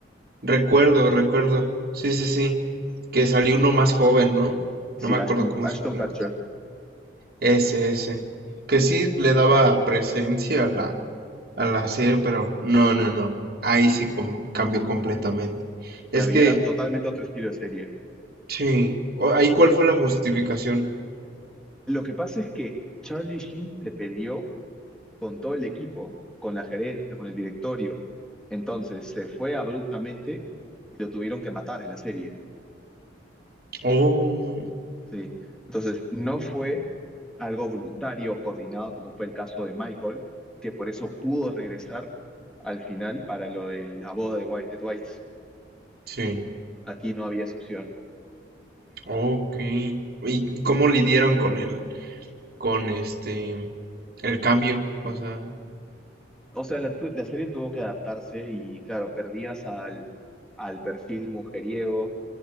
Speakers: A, on the right (about 55°); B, in the centre.
A: Recuerdo, recuerdo. Sí, sí, sí. Que salió uno más joven, ¿no? No
B: Sí,
A: me acuerdo
B: Ashton,
A: cómo
B: Ashton
A: se llama.
B: Kutcher.
A: Ese, ese. Que sí le daba presencia a la, a la serie, pero no, no, no. Ahí sí com- cambió completamente. Es
B: Claro,
A: que,
B: y era totalmente otro estilo de serie.
A: sí. O- Ahí cuál fue la justificación.
B: Lo que pasa es que Charlie Sheen se peleó con todo el equipo, con la gerencia, con el directorio. Entonces se fue abruptamente y lo tuvieron que matar en la serie.
A: Oh,
B: Sí. Entonces no fue algo voluntario, coordinado, como fue el caso de Michael, que por eso pudo regresar al final para lo de la boda de, White, de Dwight.
A: sí.
B: Aquí no había excepción.
A: Ok. ¿Y cómo lidieron con el, con este, el cambio? O sea,
B: O sea, la, tu- la serie tuvo que adaptarse y claro, perdías al, al perfil mujeriego,